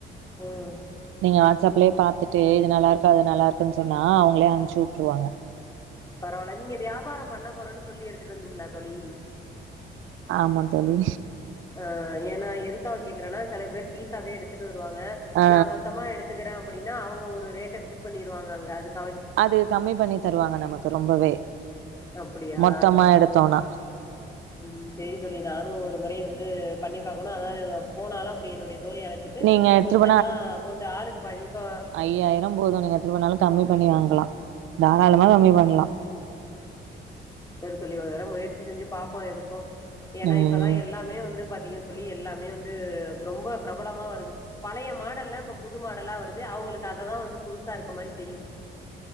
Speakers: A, on the left; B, on the right.
A: ம்
B: நீங்க வாட்ஸ் அப்லே பாத்துட்டு இது நல்லாருக்கு அது நல்லாருக்குன் சொன்னா அவுங்களே அம்ச்சு உட்டுருவாங்க
A: பரவால்ல நீங்க வியாபாரம் பண்ண போறன் சொல்லி எடுத்துட்டு வந்திங்ளா தோழி
B: ஆமா தோழி
A: ஆ ஏனா எதுக்காக கேக்குறேன்னா செல பேரு பீஸாவே எடுத்துட்டு வருவாங்க
B: ஆ
A: நா மொத்தமா எடுத் துகுறே அப்புடின்னா அவுங்க ஒரு ரேட்ட ஃபிக்ஸ் பண்ணிடுவாங்க அங்க அதுக்
B: அது கம்மி பண்ணி தருவாங்க நமக்கு ரொம்பவே
A: அப்படியா
B: மொத்தமா எடுத்தோனா
A: <unintelligible> ம் சேரி தோழி நானு ஒரு முறை வந்து பண்ணி பாக்கணு அதா போனாலு அப்டி என்னுடய தோழிய அழ ட்டு
B: நீங்க எடுத்துட்டு
A: கொஞ்சமா அமோண்ட்டு ஆளுக்கு பாதி இப்ப
B: ஐயாயிரோ போதும் நீங்க எட்துன் போனாலு கம்மி பண்ணி வாங்கலா தாராளமா
A: ம்
B: கம்மி பண்லா
A: செரி தோழி ஒரு தட முயற்சி செஞ்சு பாப்போ எதுக்கும் ஏனா
B: ம்
A: இப்பதா எல்லாமே வந்து பாத்திங்க தோழி எல்லாமே வந்து ரொம்ப ப்ரபலமா வருது பழய மாடல்லாம் இப்ப புது மாடலா வருது அவுங்களுக்கு அததா வந்து புதுசாருக்க மாரி தெரிது